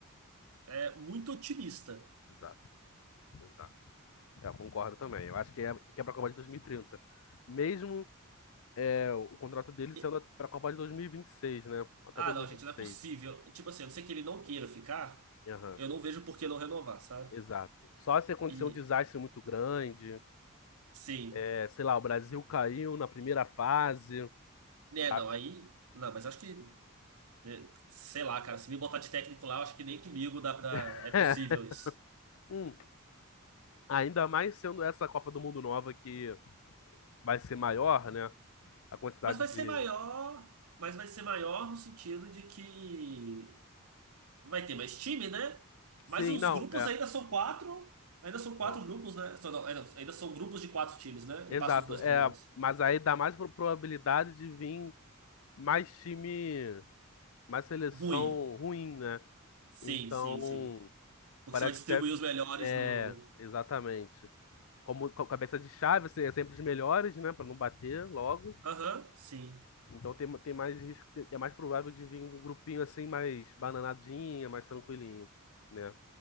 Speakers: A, on the right (about 80°); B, on the left (about 65°).
A: é, muito otimista.
B: Exato, exato. É, Eu concordo também. Eu acho que é, que é para a Copa de 2030. Mesmo é, o contrato dele
A: E-
B: sendo para a Copa de 2026, né? Até
A: ah,
B: 2026.
A: não, gente, não é possível. Tipo assim, a não ser que ele não queira ficar,
B: Aham,
A: eu não vejo por que não renovar, sabe?
B: exato. Só se acontecer
A: E,
B: um desastre muito grande,
A: sim.
B: é, sei lá, o Brasil caiu na primeira fase, saca?
A: É, não, aí. Não, mas acho que. é, Sei lá, cara, se me botar de técnico lá, eu acho que nem comigo dá pra.
B: <laughs>
A: É possível isso.
B: Hum, Ainda mais sendo essa Copa do Mundo nova que vai ser maior, né? A quantidade
A: Mas vai
B: de.
A: ser maior. Mas vai ser maior no sentido de que vai ter mais time, né?
B: Sim,
A: Mas os
B: não,
A: grupos
B: é.
A: ainda são quatro. Ainda são quatro
B: São.
A: grupos, né? Só Não, é, não, ainda são grupos de quatro times, né?
B: Exato,
A: E passam os dois
B: é.
A: primeiros.
B: Mas aí dá mais pro- probabilidade de vir mais time, mais seleção
A: Ruim.
B: ruim, né?
A: Sim,
B: Então,
A: sim, sim. Porque
B: parece
A: você vai distribuir
B: que deve.
A: os melhores
B: É,
A: no.
B: exatamente. Como co- cabeça de chave, assim, é sempre os melhores, né? Pra não bater logo.
A: Aham, sim.
B: Então tem, tem mais risco, é mais provável de vir um grupinho assim, mais bananadinha, mais tranquilinho, né?